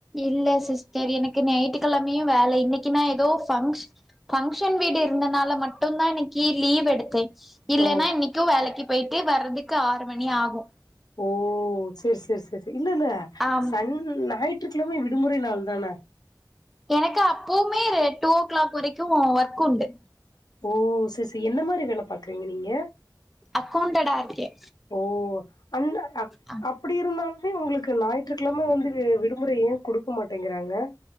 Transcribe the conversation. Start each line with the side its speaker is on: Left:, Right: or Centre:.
Centre: இல்ல சிஸ்டர் எனக்கு நைட்டு கிழமையும் வேல இன்னைக்கு நா ஏதோ பன் பங்கஷன் வீடு இருந்தனால மட்டு தா இன்னைக்கு லீவ் எடுத்தே இல்லன்னா
Left: ஓ
Centre: இன்னைக்கு வேலைக்கு போயிட்டு வர்றதுக்கு ஆறு மணி ஆகு
Left: ஓ சேரி சேரி சேரி சேரி இல்லல்ல
Centre: ஆம்
Left: சன் ஞாயி ற்றுக்கிழமே விடுமுறை நாள் தானே
Centre: எனக்கு அப்பவுமே டூ ஓ கிளாக் வரைக்குமே ஒர்க் உண்டு
Left: ஓ சேரி சேரி என்ன மாரி வேல பாக் றிங்க நீங்க
Centre: அக்கௌண்டடா இருக்கே
Left: ஓ அல்ல அப்
Centre: ஆ
Left: அப்டி இருந்தாலு உங்களுக்கு ஞாயிற்றுக்கிழம வந்து விடுமுறை ஏன் கொடுக்க மாட்டேங்கிறாங்க